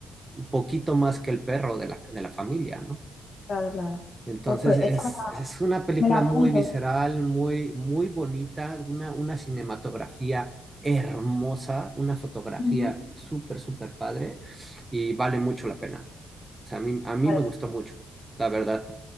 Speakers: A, on the right (about 15°); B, on the left (about 50°).
A: un poquito más que el perro de la, de la familia, ¿no?
B: Claro, claro.
A: Entonces
B: Pues, pues,
A: es,
B: esta
A: es una película
B: Me la apunto.
A: muy visceral, muy, muy bonita, una, una cinematografía hermosa, una fotografía
B: Ujú.
A: súper, súper padre y vale mucho la pena. O sea, a mí, a mí
B: Vale.
A: me gustó mucho, la verdad.